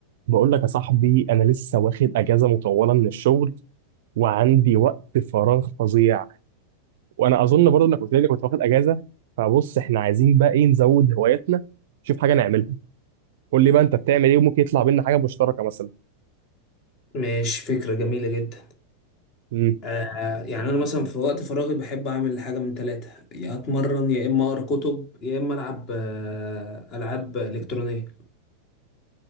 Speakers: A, on the right; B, on the left.
A: بقول لك يا صاحبي انا لسه واخد اجازه مطوله من الشغل وعندي وقت فراغ فظيع وانا اظن برضه انك قلت لي إنك كنت واخد اجازه فبص احنا عايزين بقى ايه نزود هواياتنا نشوف حاجه نعملها قول لي بقى انت بتعمل ايه وممكن يطلع بينا حاجه مشتركه مثلا
B: ماشي فكرة جميلة جدا
A: امم
B: آه يعني أنا مثلا في وقت فراغي بحب أعمل حاجة من ثلاثة يا أتمرن يا إما أقرأ كتب يا إما ألعب آه ألعاب إلكترونية